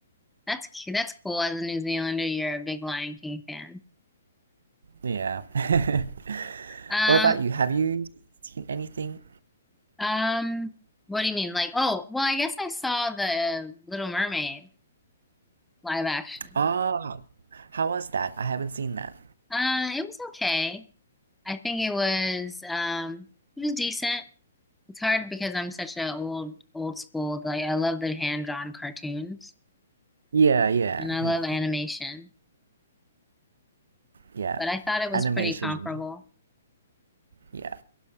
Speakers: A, in the centre; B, on the right.
A: That's cute. That's cool. As a New Zealander, you're a big Lion King fan.
B: Yeah. <laughs>
A: Um,
B: What about you? Have you seen anything?
A: um, what do you mean? Like, oh, well, I guess I saw the Little Mermaid live action.
B: Ah, how was that? I haven't seen that.
A: Uh, it was okay. I think it was um it was decent. It's hard because I'm such a old old school, like I love the hand-drawn cartoons
B: Yeah, yeah,
A: and I love
B: yeah,
A: animation,
B: yeah.
A: but I thought it was
B: Animation.
A: pretty comparable.
B: Yeah,